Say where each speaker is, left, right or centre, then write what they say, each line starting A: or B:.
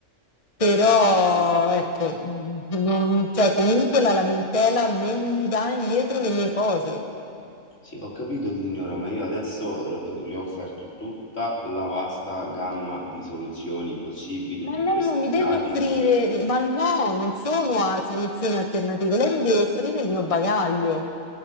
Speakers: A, on the left; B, on the left.
A: però ecco, mm, non- cioè, comunque la lamentela non mi dà indietro le mie cose.
B: sì, ho capito, signora, ma io adesso eh, le ho offerto tutta la vasta gamma di soluzioni possibili
A: Ma lei
B: in questi
A: non mi deve
B: casi
A: offrire,
B: che le-
A: ma no, non sono a soluzioni alternative, lei mi deve offrire il mio bagaglio.